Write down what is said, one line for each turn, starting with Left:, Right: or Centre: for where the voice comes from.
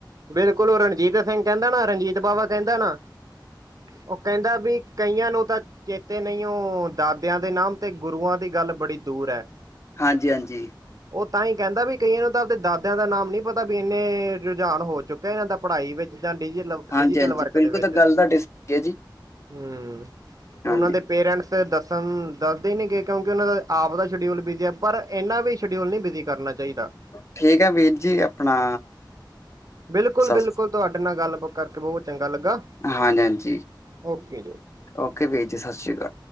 Right: ਬਿਲਕੁਲ, ਉਹ ਰਣਜੀਤ ਸਿੰਘ ਕਹਿੰਦਾ ਨਾ ਰਣਜੀਤ ਬਾਵਾ ਕਹਿੰਦਾ ਨਾ। ਉਹ ਕਹਿੰਦਾ ਵੀ ਕਈਆਂ ਨੂੰ ਤਾਂ। ਚੇਤੇ ਨਹੀਂ ਉਹ ਦਾਦਿਆਂ ਦੇ ਨਾਮ ਤੇ ਗੁਰੂਆਂ ਦੀ ਗੱਲ ਬੜੀ ਦੂਰ ਹੈ।
Left: ਹਾਂਜੀ-ਹਾਂਜੀ।
Right: ਉਹ ਤਾਂ ਹੀ ਕਹਿੰਦਾ ਵੀ ਕਈਆਂ ਨੂੰ ਤਾਂ ਆਪਦੇ ਦਾਦਿਆਂ ਦਾ ਨਾਮ ਨੀ ਪਤਾ ਵੀ ਇੰਨੇ। ਰੁਝਾਨ ਹੋ ਚੁੱਕਾ ਇਹਨਾਂ ਦਾ ਪੜ੍ਹਾਈ ਵਿੱਚ ਜਾਂ <unintelligible>
Left: ਹਾਂਜੀ
Right: ਡਿਜੀਟਲ
Left: ਹਾਂਜੀ
Right: ਵਰਕ
Left: ਬਿਲਕੁਲ
Right: ਦੇ ਵਿੱਚ
Left: ਤਾਂ ਗੱਲ ਤੁਹਾਡੀ ਸਹੀ ਹੈ ਜੀ
Right: ਹੂੰ
Left: ਹਾਂਜੀ
Right: ਉਹਨਾਂ ਦੇ ਪੇਰੈਂਟਸ। ਦੱਸਣ ਦੱਸਦੇ ਹੀ ਨਹੀਂ ਗਏ ਕਿਉਂਕਿ ਉਹਨਾਂ ਦਾ ਆਪ ਦਾ ਸ਼ਡਿਊਲ ਬਿਜ਼ੀ ਆ ਪਰ ਇੰਨਾ ਵੀ ਸ਼ਡਿਊਲ ਨਹੀਂ ਬਿਜ਼ੀ ਕਰਨਾ ਚਾਹੀਦਾ। ਚਾਹੀਦਾ।
Left: ਠੀਕ ਹੈ ਵੀਰ ਜੀ ਆਪਣਾ।
Right: ਬਿਲਕੁਲ-ਬਿਲਕੁਲ
Left: ਸਤਿ
Right: ਤੁਹਾਡੇ ਨਾਲ ਗੱਲ ਕਰਕੇ ਬਹੁਤ ਚੰਗਾ ਲੱਗਾ।
Left: ਹਾਂਜੀ-ਹਾਂਜੀ
Right: ਓਕੇ ਜੀ
Left: ਓਕੇ ਵੀਰ ਜੀ ਸਤਿ ਸ਼੍ਰੀ ਅਕਾਲ।